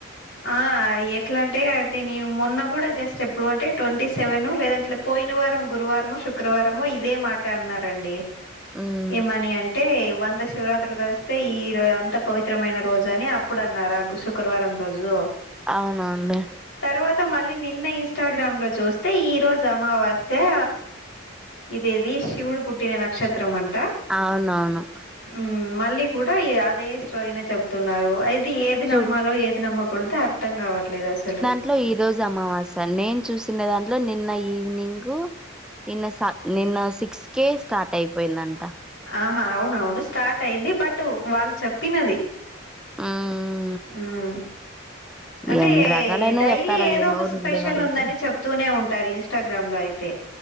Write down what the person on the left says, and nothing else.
ఆ ఎట్లా అంటే అే నేను మొన్న కూడా జస్ట్ ఎప్పుడు అంటే ట్వంటీ సెవెన్ లేదంటే పోయిన వారం గురువారమో శుక్రవారమో ఇదే మాట అన్నారండి
ఏమని అంటే వంద శివరాత్రులు కలిస్తే ఈరో అంతా పవిత్రమైన రోజు అని అప్పుడు అన్నారు ఆ గుసు గురువారం రోజు
తర్వాత మళ్ళీ నిన్న ఇన్స్టాగ్రామ్ లో చూస్తే ఈ రోజు అమావాస్యా ఇది ఏది శివుడు పుట్టిన నక్షత్రం అంట
మ్ మళ్ళీ కూడా అదే స్టోరీనే చెప్తున్నారు అయితే ఏది
నమ్మాలో ఏది ఏది నమ్మకూడదో అర్థం కావట్లేదు అసలు
ఆహా అవునవును స్టార్ట్ అయింది బట్ వాళ్ళు చెప్పినది
మ్ అంటే
డైలీ
ఏదో
ఒక స్పెషల్
ఉందని చెప్ తూనే ఉంటారు ఇన్స్టాగ్రామ్ లో అయితే